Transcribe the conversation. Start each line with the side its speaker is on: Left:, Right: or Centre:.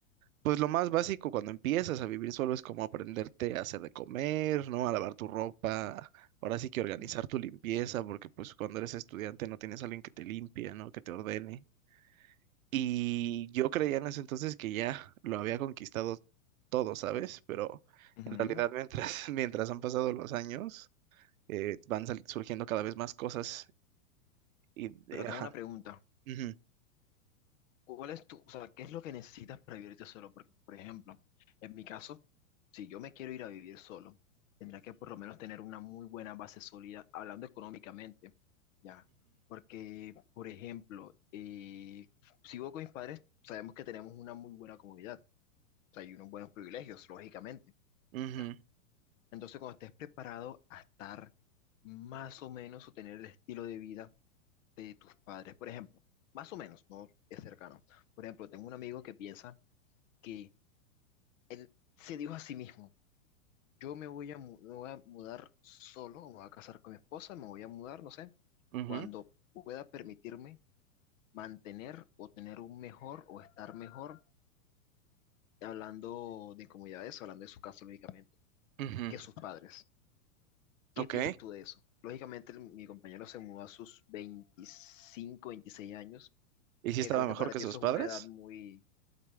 Right: Pues lo más básico cuando empiezas a vivir solo es como aprenderte a hacer de comer, ¿no? A lavar tu ropa. Ahora sí que organizar
Left: Mm.
Right: tu limpieza, porque pues cuando eres estudiante no tienes a alguien que te limpie, ¿no? Que te ordene. Y yo creía en ese entonces que ya lo había conquistado todo, ¿sabes? Pero
Left: Ujú.
Right: en realidad mientras, <laughs> mientras han pasado los años, eh, van sal- surgiendo cada vez más cosas y, de-
Left: Pero tengo
Right: ajá.
Left: una pregunta.
Right: Ujú,
Left: ¿Cuál es tu, o sea, qué es lo que necesitas para vivirte solo? Porque, por ejemplo, en mi caso, si yo me quiero ir a vivir solo, tendría que por lo menos tener una muy buena base sólida, hablando económicamente, ¿ya? Porque, por ejemplo, eh, si vivo con mis padres, sabemos que tenemos una muy buena comunidad, o sea, y unos buenos privilegios, lógicamente,
Right: ujú,
Left: ¿ya?
Right: ujú,
Left: Entonces, cuando estés preparado a estar más o menos o tener el estilo de vida de tus padres, por ejemplo, más o menos, no es cercano. Por ejemplo, tengo un amigo que piensa que él se dijo a sí mismo. Yo me voy a, mu- me voy a mudar solo, me voy a casar con mi esposa, me voy a mudar, no sé,
Right: ujú,
Left: cuando pueda permitirme mantener o tener un mejor o estar mejor, hablando de comodidades, hablando de su caso, lógicamente,
Right: ujú.
Left: que sus padres. ¿Qué
Right: Ok.
Left: piensas tú de eso? Lógicamente, el- mi compañero se mudó a sus 25, 26 años,
Right: ¿Y si
Left: que
Right: estaba
Left: creo que
Right: mejor
Left: para
Right: que
Left: ti
Right: sus
Left: eso
Right: padres?
Left: es una edad muy,